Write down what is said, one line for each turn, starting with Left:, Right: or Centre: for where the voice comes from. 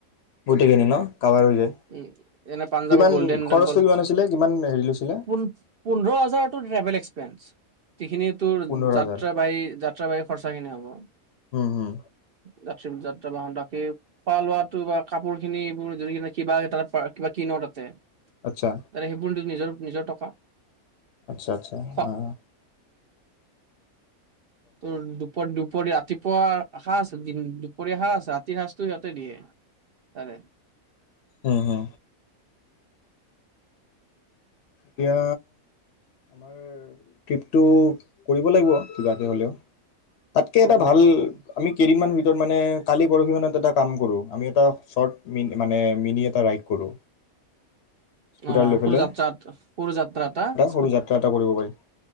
Left: গোটেইখিনি ন কাভাৰ হৈ যায়
Right: উ এনে পাঞ্জাৱৰ
Left: কিমান
Right: গল্ডেন
Left: খৰচটো
Right: টেম্পল
Left: কিমান আছিলে কিমান হেৰি লৈছিলে
Right: পোন-পোন্ধৰ হাজাৰটো ট্ৰেভেল এক্স ফেঞ্চ। যিখিনি তোৰ
Left: পোন্ধৰ
Right: যাত্ৰা
Left: হাজাৰ
Right: বাহী যাত খৰচাখিনি হ'ব।
Left: উ উ।
Right: যাত্ৰী-যাত্ৰা বাহন তাকে খোৱা লোৱাটো বা কাপোৰ খিনি এইবোৰ যদি কিবা-কিবা এটা পা কিবা কিন' তাতে তাতে
Left: আচ্ছা
Right: সেইবোৰ তোৰ নিজৰ নিজৰ টকা
Left: আচ্ছা আচ্ছা
Right: খোৱা
Left: অ'।
Right: তোৰ দুপ দুপৰিয়া তিপুৱা সাঁজ দিন- দুপৰীয়া সাঁজ ৰাতি সাঁজটো সিহঁতে দিয়ে। তাৰে
Left: উ হু। এতিয়া আমাৰ ট্ৰিপটো কৰিব লাগিব কিবাকৈ হ'লেও। তাতকে
Right: কৰিব
Left: এটা
Right: লাগিব
Left: ভাল
Right: অ
Left: আমি কেইদিমান টোত মানে কালি, পৰহি মানত এটা কাম কৰোঁ, আমি এটা চৰ্ত মিন-মানে মিনি এটা ৰাইড কৰোঁ। স্কুটাৰ
Right: অ',
Left: লৈ
Right: সৰু
Left: পেলাই
Right: যাত্ৰাত, সৰু যাত্ৰা এটা স্কু
Left: সৰু যাত্ৰা এটা কৰিব পাৰি